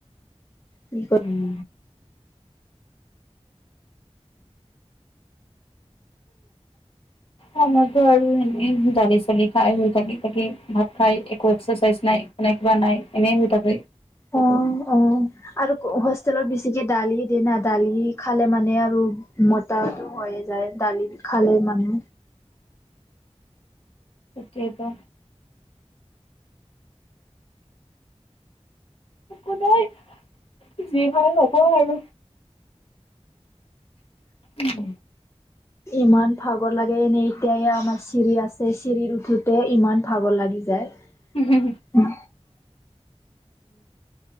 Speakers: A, on the left; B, on the left.
A: কি ক
B: উম অ মইতো আৰু এনে দালি চালি খাই শুই থাকি থাকি ভাত খাই একো এক্সাৰচাইজ নাই এনেকোৱা নাই এনেই শুই থাকে।
A: অ অ আৰু হোষ্টেলত বেছিকে দালিয়ে দিয়েনা দালি খালে মানে আৰু মতাটো হয়ে যায় দালি খালে মানে।
B: তাকেতো একো নাই যি হয় হব আৰু উম
A: ইমান ভাগৰ লাগে এনেই এতিয়া এ আমাৰ চিৰি আছে চিৰিত উঠোতে ইমান ভাগৰ লাগি যায়।
B: উ হুহু
A: উম